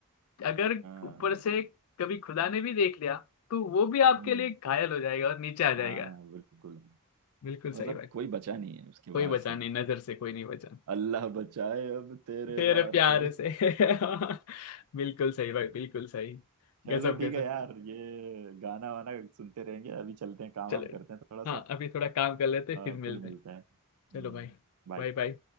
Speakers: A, on the left; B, on the right.
A: अगर
B: हाँ
A: ऊपर से कभी खुदा ने भी देख लिया तो वो भी आपके
B: हम्म
A: लिए घायल हो जाएगा और नीचे आ जाएगा
B: हाँ बिल्कुल
A: बिल्कुल
B: मतलब
A: सही बात
B: कोई बचा नहीं है उसके वार
A: कोई बचा
B: से
A: नहीं नजर से कोई नहीं बचा
B: अल्लाह बचाए अब तेरे
A: तेरे
B: वार
A: प्यार
B: से
A: से <laughs> बिल्कुल सही भाई बिल्कुल सही
B: चलो
A: गजब
B: ठीक
A: गजब
B: है यार ये गाना वाना सुनते रहेंगे अभी चलते हैं काम
A: चलो
B: वाम करते हैं थोड़ा
A: हाँ
B: सा
A: अभी थोड़ा काम कर लेते हैं, फिर
B: अ,
A: मिलते
B: फिर मिलते
A: हैं
B: हैं
A: चलो भाई
B: बाय
A: Bye bye